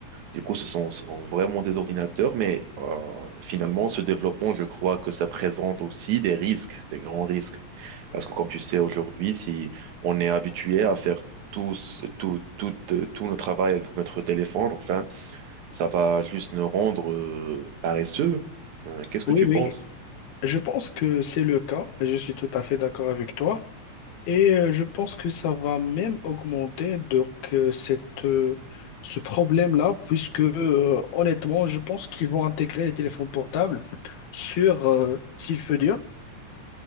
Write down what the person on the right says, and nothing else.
Du coup, ce sont, ce sont vraiment des ordinateurs, mais euh, finalement, ce développement, je crois que ça présente aussi des risques, des grands risques. Parce que comme tu sais, aujourd'hui, si on est habitué à faire tous, tout, tout, euh, tout notre travail avec notre téléphone, enfin, ça va juste nous rendre euh, paresseux. Euh, qu'est-ce que
tu
penses?